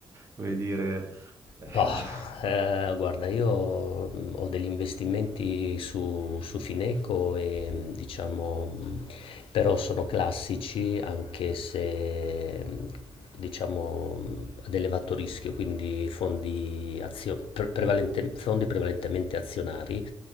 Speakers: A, on the right; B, on the left.
A: come dire... <laughs>
B: Boh, ehm, guarda io, mhmm, ho degli investimenti su su Fineco e, mhmm, diciamo, mhmm, però sono classici anche se, mhmm, diciamo, mhmm, ad elevato rischio, quindi fondi azio pre prevalente fondi prevalentemente azionari.